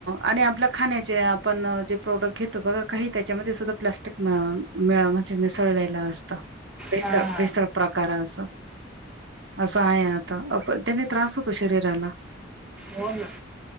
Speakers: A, on the right; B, in the centre.
A: आणि आपल्या खाण्याचे आपण जे प्रोडक्ट घेतो बघा काही त्याच्यामध्ये सुद्धा प्लास्टिक, म म्हणजे मिसळलेलं असत भेसळ
B: हां
A: भेसळ प्रकार असं, असं आहे आता त्याने त्रास होतो शरीराला.
B: हो ना.